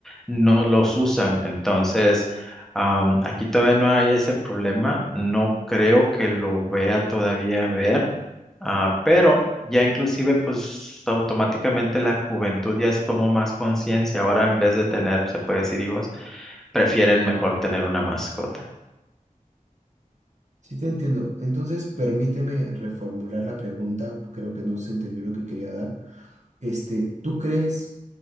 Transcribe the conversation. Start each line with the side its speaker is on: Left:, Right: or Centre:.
Centre: no los usan. Entonces, am, aquí todavía no hay ese problema. No creo que lo vea todavía ver, Ah, pero ya inclusive pues automáticamente la juventud ya es- tomó más conciencia. Ahora en vez de tener, se puede decir hijos, prefieren mejor tener una mascota.
Right: Sí, te entiendo. Entonces, permíteme reformular la pregunta. Creo que no se entendió lo que quería dar. Este, ¿tú crees